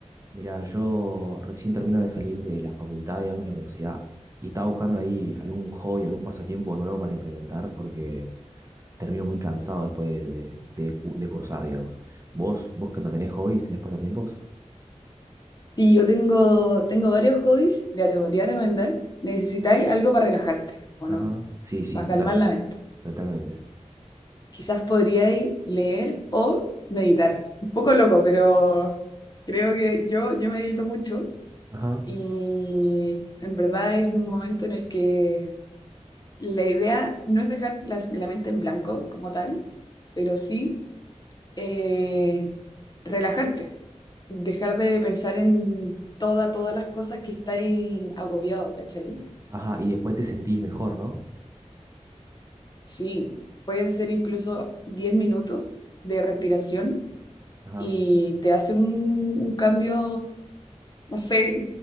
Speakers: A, on the right; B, on the left.
A: Mirá, yo recién termino de salir de la facultad, digamos, de la universidad, y estaba buscando ahí algún hobby, algún pasatiempo nuevo para implementar, porque termino muy cansado después de, de- de cu- de cursar, digamos. ¿Vos, vos que no tenés hobbies, tenés pasatiempos?
B: Sí, yo tengo, tengo varios hobbies, mira, te podría recomendar. Necesitáis algo para relajarte, ¿o
A: Ajá.
B: no?
A: Sí, sí,
B: Para
A: totalmente,
B: calmar la mente.
A: totalmente.
B: Quizás podríais leer o meditar. Un poco loco, pero creo que yo, yo medito mucho
A: Ajá.
B: y en verdad es un momento en el que la idea no es dejar las- la mente en blanco como tal, pero sí eh, relajarte, dejar de pensar en toda, todas las cosas que estáis agobiado, ¿cachai?
A: Ajá, y después te sentís mejor, ¿no?
B: Sí, pueden ser incluso 10 minutos de respiración
A: Ajá.
B: y te hace un, un cambio, no sé,